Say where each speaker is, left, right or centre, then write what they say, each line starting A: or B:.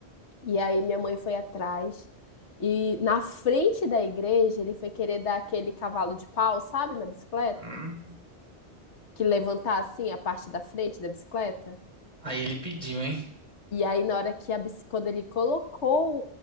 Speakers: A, on the left; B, on the right.
A: e aí minha mãe foi atrás e na frente da igreja ele foi querer dar aquele cavalo de pau, sabe, na bicicleta,
B: Hum.
A: que levantar assim a parte da frente da bicicleta.
B: Aí ele pediu, hein?
A: E aí, na hora que a bici- quando ele colocou